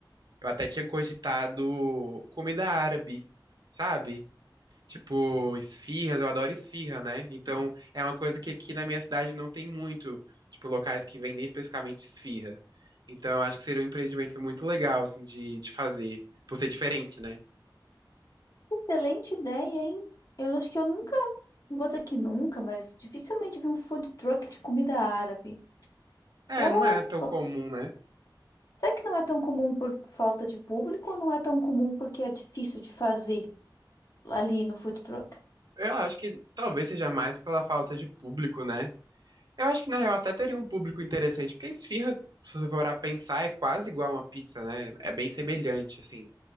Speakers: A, on the right; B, on the left.
A: Eu até tinha cogitado comida árabe, sabe? Tipo, esfirras, eu adoro esfirra, né? Então, é uma coisa que aqui na minha cidade não tem muito, tipo, locais que vendem especificamente esfirra. Então, eu acho que seria um empreendimento muito legal, assim, de, de fazer, por ser diferente, né?
B: Excelente ideia, hein? Eu acho que eu nunca, não vou dizer que nunca, mas dificilmente vi um food truck de comida árabe.
A: É,
B: Opa!
A: não é tão comum, né?
B: Será que não é tão comum por falta de público ou não é tão comum porque é difícil de fazer? ali no food truck.
A: Eu acho que talvez seja mais pela falta de público, né? Eu acho que na real até teria um público interessante, porque a esfirra, se você for a pensar, é quase igual uma pizza, né? É bem semelhante, assim.